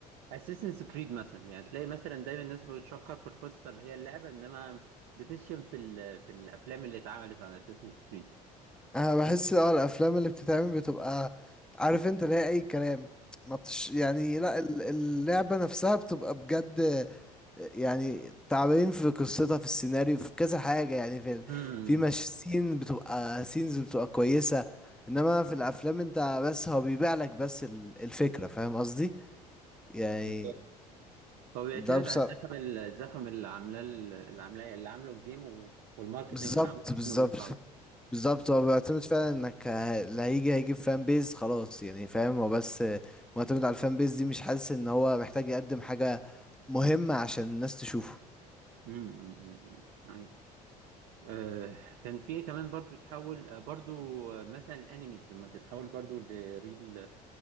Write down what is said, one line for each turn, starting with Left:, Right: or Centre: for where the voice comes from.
Right: اساسنز كريد مثلا يعني تلاقي مثلا دايما الناس بتشكر في القصه اللي هي اللعبه انما بتشتم في ال- في الافلام اللي اتعملت عن اساسنز كريد
Centre: انا بحس اه الافلام اللي بتتعمل بتبقى عارف انت اللي هي اي كلام ما بتش يعني لا ال- اللعبة نفسها بتبقى بجد يعني تعبانين في قصتها في السيناريو في كذا حاجة يعني في
Right: امم
Centre: في مش سين بتبقى سينز بتبقى كويسة انما في الافلام انت بس هو بيبيع لك بس ال- الفكرة فاهم قصدي يعني
Right: بالظبط هو بيعتمد
Centre: ده بصراحة
Right: على الزخم ال- الزخم اللي عاملاه ال- اللي عاملاه اللي عامله الجيم و- والماركتنج
Centre: بالظبط
Right: اللي عامله
Centre: بالظبط
Right: الجيم بيطلع
Centre: بالظبط هو بيعتمد فعلا انك ه- اللي هيجي هيجيب فان بيز خلاص يعني فاهم هو بس معتمد على الفان بيز دي مش حاسس ان هو محتاج يقدم حاجة مهمة عشان الناس تشوفه
Right: امم أمم، أمم. أيوة. آه، كان في كمان برضو تتحول آه، برضو آه، مثلا الانيميز لما تتحول برضو لريل